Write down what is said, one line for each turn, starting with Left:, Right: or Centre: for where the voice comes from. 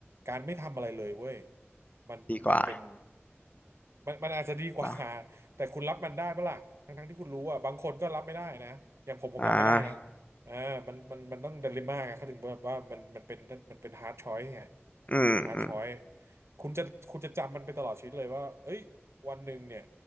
Right: การไม่ทำอะไรเลยเว้ยมันมันเป็น
Left: ดีกว่า
Right: มันมันอาจจะดีกว่า
Left: เรา
Right: <laughs> แต่คุณรับมันได้ปะล่ะทั้งทั้งที่คุณรู้อ่ะบางคนก็รับไม่ได้นะอย่างผมผมรับไม่ได้นะ
Left: อ่า
Right: อ่ามันมันมันต้องดิเลมม่าไงเขาถึงบอกว่ามันมันเป็นมันเป็นฮาร์ดชอยไง
Left: อืมอืม
Right: มันเป็นฮาร์ดชอยคุณจะคุณจะจำมันไปตลอดชีวิตเลยว่าเอ้ยวันหนึ่งเนี่ย